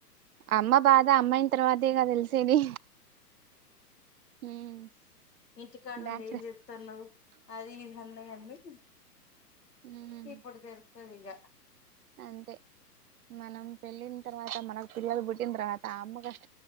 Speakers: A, on the right; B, on the left.
A: అమ్మ బాధ అమ్మాయిన తర్వాత కాద తెలిసేది ఉమ్
B: ఇంటి కాడ
A: బ్యాచలర్
B: ఉండి ఏం చెత్తన్నవు అ అది ఇది అన్నయి అన్ని
A: ఉమ్
B: ఇప్పుడు తేలుత్తాయి ఇగ
A: అంతే మనం పెళ్ళిన తర్వాత మనకు పిల్లలు పుట్టిన తర్వాత ఆ అమ్మ కష్ట